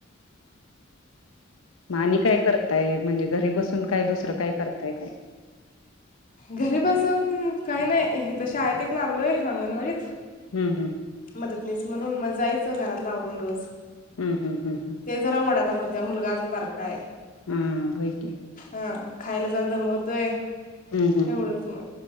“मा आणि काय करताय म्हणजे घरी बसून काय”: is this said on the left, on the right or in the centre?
Left